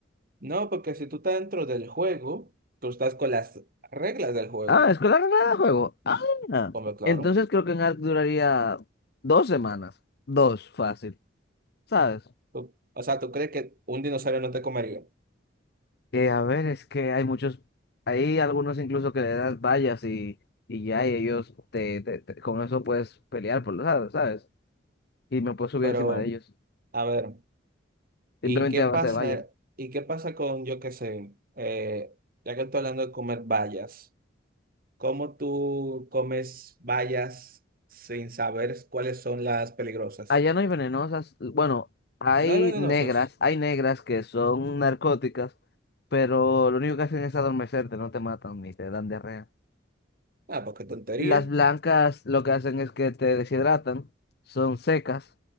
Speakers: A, on the right; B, on the left.
A: No, porque si tú estás dentro del juego, tú estás con las reglas del juego,
B: Ah, es con la regla de juego. Ah,
A: hombre, claro.
B: entonces creo que en Ark duraría dos semanas. Dos, fácil, ¿sabes?
A: Tú- o sea, tú crees que un dinosaurio no te comería,
B: Eh, a ver, es que hay muchos, hay algunos incluso que le das vallas y, y ya, y ellos te, te- te- con eso puedes pelear por los lados, ¿sabes? Y me puedo subir
A: pero
B: encima de ellos,
A: a ver.
B: simplemente
A: ¿Y qué
B: a
A: pasa?
B: base de vallas.
A: ¿Y qué pasa con, yo qué sé, eh, ya que estoy hablando de comer bayas, ¿cómo tú comes bayas sin saber cuáles son las peligrosas?
B: Allá no hay venenosas, bueno, hay
A: No hay venenosas.
B: negras, hay negras que son narcóticas, pero lo único que hacen es adormecerte, no te matan ni te dan diarrea.
A: Ah, porque tontería.
B: Las blancas lo que hacen es que te deshidratan, son secas,